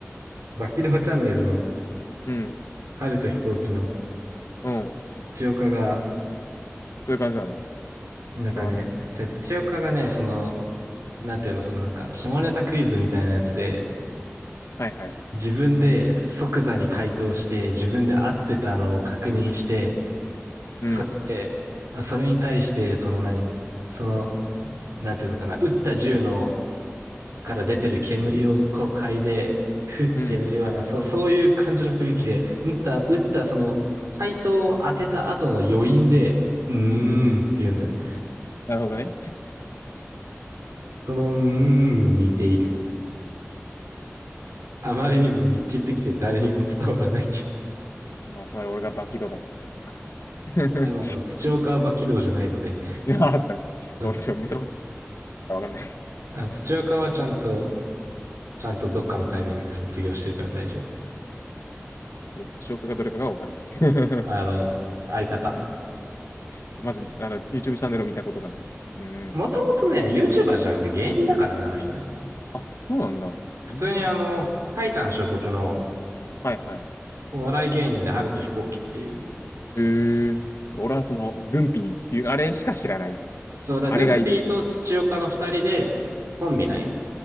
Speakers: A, on the right; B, on the left.
A: バキローチャンネルの、
B: うん。
A: 春と飛行機の、
B: うん。
A: 土岡が、
B: そういう感じなの
A: なんかね、
B: ちょ、わかんない。
A: じゃあ土岡がね、その、なんていうの、そのなんか、下ネタクイズみたいなやつで、
B: はいはい。
A: 自分で即座に回答して、自分で合ってたのを確認して、それで、
B: うん。
A: あそれに対して、その何その、なんていうのかな、撃った銃の、から出てる煙をこう嗅いで、ふってやるような、
B: うん。
A: そ、そういう感じの雰囲気で、撃った、撃った、その、回答を当てた後の余韻で、うーんって言うんだよね。
B: なるほどね。
A: その、うーんに似ている。あまりにもニッチすぎて誰にも伝わらないけ
B: まあ、つまり俺がバキドだったってことか。<laughs>
A: ど。いや、まあ、あの、土岡は馬起動じゃないので、
B: いやー、そうちょ、
A: うん。
B: 俺ちょ、見たことないからわかんない。
A: あの土岡はちゃんと、ちゃんとどっかのタイミングで卒業してるから大丈夫。
B: ちょっと、視聴かどれかがわからな
A: あの、
B: い。
A: 相方。
B: <laughs> まず、あの、YouTube チャンネルを見たことがない。うん。
A: もともとね、YouTuber じゃなくて芸人だからね、あの人ね。
B: あ、そうなんだ。
A: 普通にあの、
B: 全然知らん。
A: タイタン所属の
B: はいはい。
A: お笑い芸人で春と飛行機っていう。
B: えー、俺はその、軍品っていう、あれしか知らない。
A: そうだ、
B: あれがいい。
A: グンピーと土岡の二人でコンビなんよ。